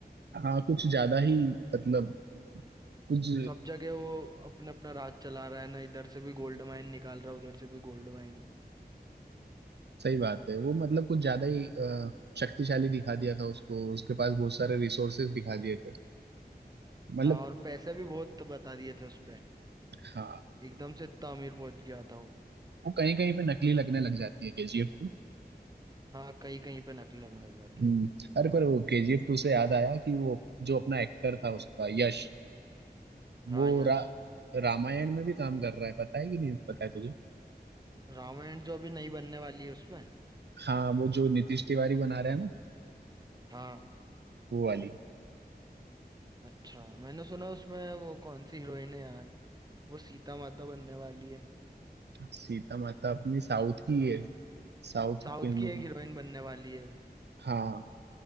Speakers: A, on the right (about 85°); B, on the right (about 25°).
A: हाँ कुछ ज्यादा ही मतलब कुछ
B: सब जगह वो अपना अपना राज चला रहा है ना इधर से भी गोल्ड माइन निकाल रहा है उधर से भी गोल्ड माइन
A: सही बात है वो मतलब कुछ ज्यादा ही अ, शक्तिशाली दिखा दिया था उसको उसके पास बहुत सारे रिसोर्सेज दिखा दिए थे मतलब
B: हाँ और पैसे भी बहुत बता दिए थे उस
A: हाँ
B: एकदम से इतना अमीर पहुंच गया था वो
A: वो कहीं कहीं पे नकली लगने लग जाती है केजीएफ टू
B: हाँ कहीं कहीं पे नकली लगने लग जाती
A: हम्म
B: है
A: अरे पर वो केजीएफ टू से याद आया कि वो जो अपना एक्टर था उसका यश
B: हाँ
A: वो
B: यश
A: रा, रामायण में भी काम कर रहा है पता है कि नहीं पता है तुझे
B: रामायण जो अभी नई बनने वाली है उसमें
A: हाँ वो जो नीतीश तिवारी बना रहा है ना
B: हाँ
A: वो वाली
B: अच्छा मैंने सुना उसमें वो कौन सी हीरोइन है यार वो सीता माता बनने वाली है
A: सीता माता अपनी साउथ की है साउथ
B: साउथ
A: फिल्म
B: की एक
A: की
B: हीरोइन बनने वाली है
A: हाँ